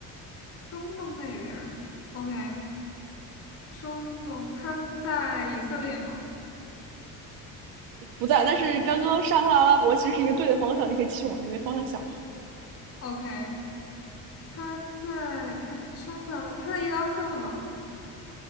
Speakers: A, on the left (about 40°); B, on the right (about 70°).
A: 中东那边儿。OK，中东，它在以色列吗
B: 不在。但是刚刚沙特阿拉伯其实是一个对的方向，你可以继续往那边方向想。
A: ？OK，他在哎沙特，他在伊拉克吗？